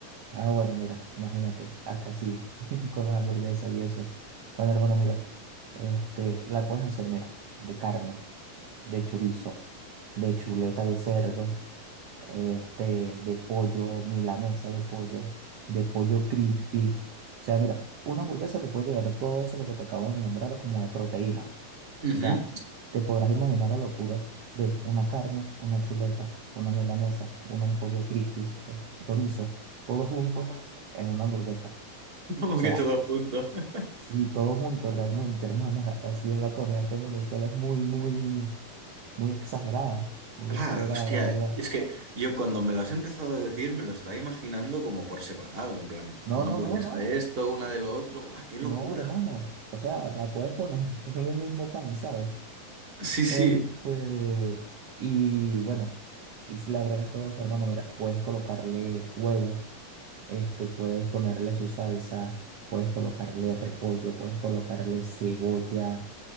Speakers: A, on the right (about 55°); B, on the right (about 30°).
A: ah, bueno, mira, imagínate, acá sí, <laughs> con las hamburguesas y eso. Bueno, hermano, mira, este, la puedes hacer, mira, de carne, de chorizo, de chuleta de cerdo este, de pollo, milanesa de pollo, de pollo crispy. O sea, mira, una hamburguesa te puede llegar todo eso, lo que te acabo de nombrar, como de proteína. O
B: Ujú.
A: sea, te podrás imaginar la locura de una carne, una chuleta, una milanesa, un, un pollo crispy, o sea, chorizo, todo junto
B: <laughs>
A: en una hamburguesa. O
B: Como
A: sea,
B: que todo junto. <laughs>
A: sí, todo junto realmente, hermano, <laughs> así es la comida que en Venezuela es muy, muy, muy exagerada, muy
B: Ah,
A: exagerada,
B: hostia,
A: la verdad.
B: es que yo cuando me lo has empezado a decir me lo estaba imaginando como por separado, en plan,
A: No,
B: una
A: no,
B: hamburguesa
A: no, no.
B: de esto, una de lo otro. ¡Guau, qué locura!
A: No, hermano, o sea, la puedes poner <laughs> en un mismo pan, ¿sabes?
B: Sí, sí.
A: Este, y bueno, le agregas todo eso, hermano, mira, puedes colocarle huevo, este, puedes ponerle su salsa, puedes colocarle repollo, puedes colocarle cebolla,